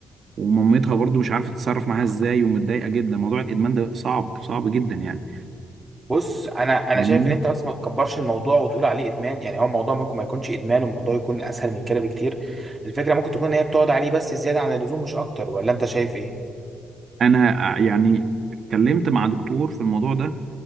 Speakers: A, on the right; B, on the right.
A: ومامتها برضو مش عارفة تتصرف معاها ازاي ومتضايقة جدا موضوع الادمان ده صعب صعب جدا يعني
B: بص انا انا
A: يعني
B: شايف ان انت بس ما تكبرش الموضوع وتقول عليه ادمان يعني هو الموضوع ممكن ما يكونش ادمان والموضوع يكون اسهل من كده بكتير الفكره ممكن تكون ان هي بتقعد عليه بس زياده عن اللزوم مش اكتر ولا انت شايف ايه
A: انا ع- يعني اتكلمت مع دكتور في الموضوع ده